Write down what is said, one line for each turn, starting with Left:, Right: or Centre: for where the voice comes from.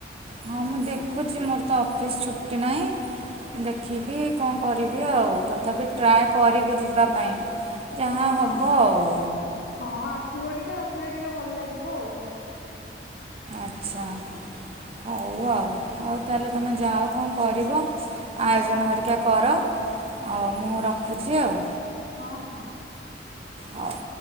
Right: ହଁ ମୁଁ ଦେଖୁଛି ମୋର ତ ଅଫିସ୍ ଛୁଟି ନାହିଁ। ଦେଖିବି
Left: ହୁଁ
Right: କଣ କରିବି ଆଉ ତଥାପି ଟ୍ରାଏ କରିବି ଯିବି। ଯିବା ପାଇଁ ଯାହା
Left: ହଁ
Right: ହବ ଆଉ।
Left: ହଁ ଆସିବ ଟିକେ ଆସିଲେ ଟିକେ ଭଲ ଲାଗିବ ଆଉ।
Right: ଆଚ୍ଛା ହଉ ଆଉ ହଉ ତାହେଲେ ତୁମେ ଯାଅ କଣ କରିବ।
Left: ହଉ
Right: ଆୟୋଜନ
Left: ହଁ
Right: ହେରିକା କର ଆଉ ମୁଁ ରଖୁଛି ଆଉ।
Left: ହଁ ହଁ।
Right: ହଉ।